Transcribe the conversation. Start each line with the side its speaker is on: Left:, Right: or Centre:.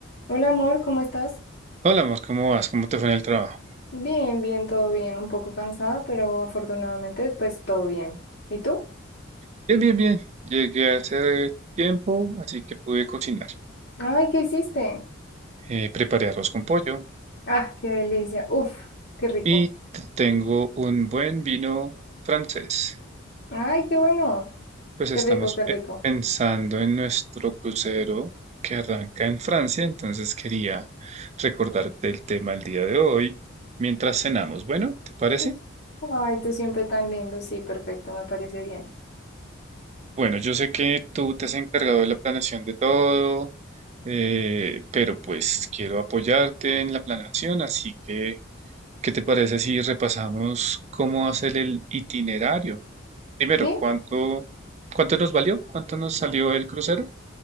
Left: Hola amor, ¿cómo estás?
Right: Hola, Mos, ¿cómo vas? ¿Cómo te fue en el trabajo?
Left: Bien, bien, todo bien, un poco cansada, pero afortunadamente pues todo bien. ¿Y tú?
Right: Bien, bien, bien. Llegué hace tiempo, así que pude cocinar.
Left: Ay, ¿qué hiciste?
Right: Eh, preparé arroz con pollo
Left: Ah, qué delicia. Uf, qué rico.
Right: y t- tengo un buen vino francés.
Left: Ay, qué bueno.
Right: Pues
Left: Qué
Right: estamos
Left: rico, qué rico.
Right: eh, pensando en nuestro crucero que arranca en Francia, entonces quería recordarte el tema el día de hoy mientras cenamos. Bueno, ¿te parece?
Left: Mm. Ay, tú siempre tan lindo. Sí, perfecto, me parece bien.
Right: Bueno, yo sé que tú te has encargado de la planeación de todo, eh, pero pues quiero apoyarte en la planeación, así que, ¿qué te parece si repasamos cómo hacer el itinerario? Primero,
Left: Sí,
Right: ¿cuánto, cuánto nos valió? ¿Cuánto nos salió el crucero?